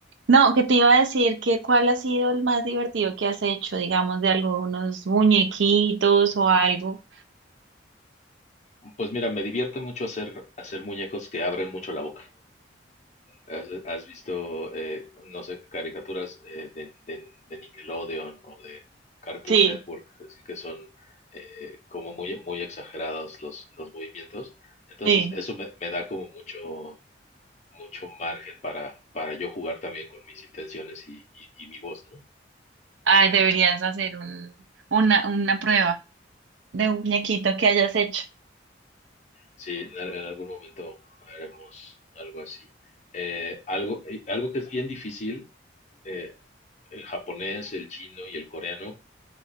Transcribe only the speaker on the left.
Pues mira, me divierte mucho hacer, hacer muñecos que abren mucho la boca. ¿Has, has visto, eh, no sé, caricaturas eh, de, de- de Nickelodeon o de Cartoon
Network, así que son eh, como muy, muy exagerados los, los movimientos? Entonces,
eso me, me da como mucho, mucho margen para, para yo jugar también con mis intenciones y, y- y mi voz, ¿no?
Sí, en, al- en algún momento haremos algo así. Eh, algo, y algo que es bien difícil, eh, el japonés, el chino y el coreano